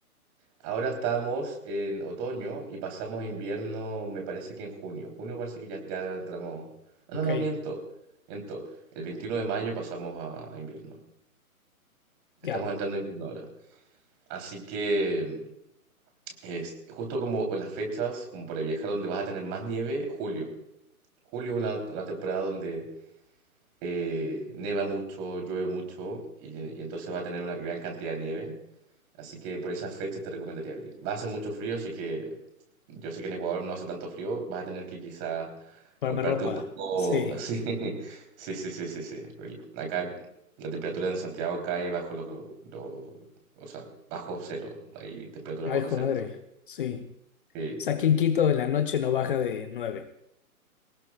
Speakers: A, on the right; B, on the left.
A: Ahora estamos en otoño y pasamos a invierno, me parece que en junio. Junio parece que ya, ya entramos... Ah,
B: Ok,
A: No, no, miento, miento. El 21 de mayo pasamos a a invierno. Estamos
B: ya,
A: entrando en invierno ahora. Así que es justo como las fechas, como para viajar donde vas a tener más nieve, julio. Julio es una, una temporada donde eh, neva mucho, llueve mucho y, y entonces va a tener una gran cantidad de nieve. Así que por esas fechas te recomendaría abril. Va a hacer mucho frío, así que yo sé que en Ecuador no hace tanto frío. Vas a tener que quizá
B: ponerme
A: comprarte
B: ropa.
A: un poco
B: Sí.
A: así. <laughs> Sí, sí, sí, sí, sí. Will. Acá la temperatura en Santiago cae bajo los, los- o sea, bajo cero. Hay temperaturas
B: Ay,
A: bajo
B: hijo
A: cero.
B: de madre.
A: Entonces,
B: Sí.
A: sí.
B: O sea, aquí en Quito en la noche no baja de nueve,